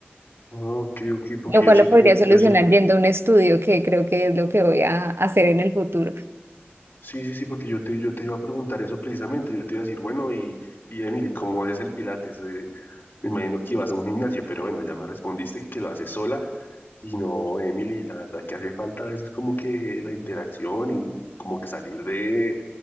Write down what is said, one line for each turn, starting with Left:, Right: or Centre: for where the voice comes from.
Left: Ok, ok, porque
Right: lo cual
Left: yo sí,
Right: lo
Left: te-
Right: podría solucionar
Left: yo sí,
Right: yendo a un estudio, que creo que es lo que voy a hacer en el futuro.
Left: Sí, sí, sí, porque yo te, yo te iba a preguntar eso precisamente. Yo te iba a decir, bueno, y, y Emily, ¿cómo haces el Pilates? Eh, me imagino que ibas a un gimnasio, pero bueno, ya me respondiste que lo haces sola. Y no, Emily, la verdad que hace falta a veces como que la interacción y como que salir de,